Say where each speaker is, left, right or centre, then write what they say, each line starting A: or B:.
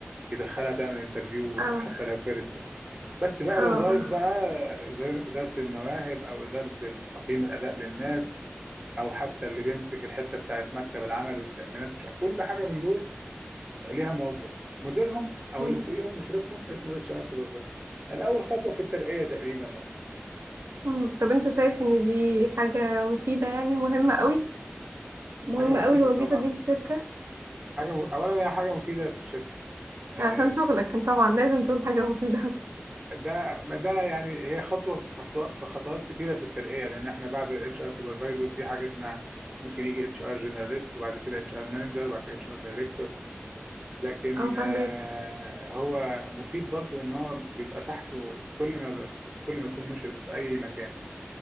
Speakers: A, on the right; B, on the right.
A: يدخلها تعمل انترفيو
B: اه
A: حتى لو فيرست يعني بس بقى الوظائف
B: اه اه
A: بقى زي إدارة المواهب أو إدارة تقييم الأداء للناس او حتى اللي بيمسك الحته بتاعت مكتب العمل والتامينات ومش عارف كل حاجه من دول ليها موظف مديرهم او
B: مم.
A: اللي فوقيهم مشرفهم اسمه اتش ار سوبرفايزر يعني اول خطوه في الترقيه تقريبا مثلا
B: مم. طب انت شايف ان دي حاجه مفيده يعني مهمه قوي مهمة
A: حاجه مفيده
B: قوي الوظيفة
A: طبعا
B: دي في الشركة
A: حاجه م... اولا هي حاجه مفيده في الشركه آه،
B: عشان شغلك طبعا لازم تقول حاجة مفيدة <laughs>
A: ده ما ده يعني هي خطوه في خطوه في خطوات كتيره في الترقيه لان احنا بعد الاتش ار سوبرفايزر في حاجه اسمها ممكن يجي اتش ار جنراليست وبعد كده اتش ار مانجر وبعد كده اتش ار دايركتور لكن
B: اه فاهمك
A: آه، هو مفيد برضو ان هو بيبقى تحته كل ما بقى- بس كل ما يكون مشرف في اي مكان